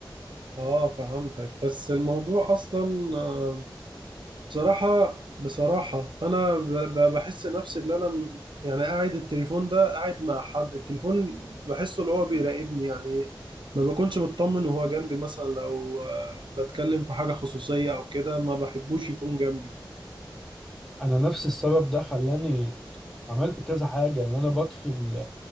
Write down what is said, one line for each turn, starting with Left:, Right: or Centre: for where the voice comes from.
Right: اه فهمتك بس الموضوع اصلا آه، بصراحة بصراحة أنا ب- ب- بحس نفسي اللي أنا م- يعني قاعد التليفون ده قاعد مع حد التليفون بحسه اللي هو بيراقبني يعني ما بكونش مطمن وهو جنبي مثلا لو آه، بتكلم في حاجة خصوصية أو كده ما بحبوش يكون جنبي
Centre: انا نفس السبب ده خلاني عملت كذا حاجة ان انا بطفي ال-